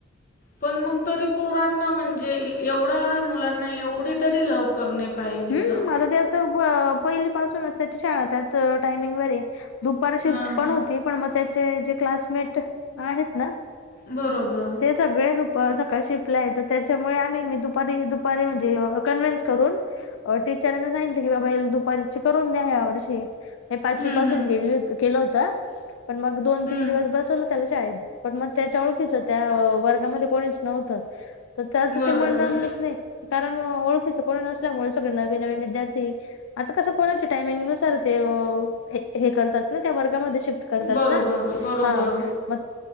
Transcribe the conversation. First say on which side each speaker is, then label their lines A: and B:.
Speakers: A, on the left; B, on the left.
A: पण मग तरी पोरांना म्हणजे, एवढ्या लहान मुलांना एवढी तरी लवकर नाही. पाहिजे
B: हम्म
A: गं.
B: आता त्याच पहिली पाासूनच त्याची शाळा त्याच टायमिंग वरे दुपार शीप्ट
A: हां,
B: पण
A: हां.
B: होती. पण मग त्याचे जे क्लासमेट आहेत ना.
A: बरोबर.
B: ते सगळे <unintelligible> सकाळी शिफ्ट ला येते. त्याच्यामुळे आम्ही, दुपारी अ दुपारी म्हणजे, कन्वन्स करून अ टीचरांना सांगितलं, की बाबा दुपारीची करून द्या? या वर्षी. म पाचवी
A: हं,
B: पासून
A: हं.
B: गे केलं होत. पण मग दोन,
A: हं.
B: तीन दिवस बसवलं त्या पण मग त्याच्या ओळखीच त्या वर्गामध्ये कोणीच नव्हतं? त्याचं
A: बरोबर.
B: ते मन रमलंच नाही, कारण ओळखीच कोणी नसल्यामुळे नवीन नवीन विद्यार्थी आता कसं कोणाच्या टायमिंगनुसारं ते हे करतात. ना त्या वर्गामध्ये शिफ्ट करतात.
A: बरोबर,
B: ना
A: बरोबर.
B: हा म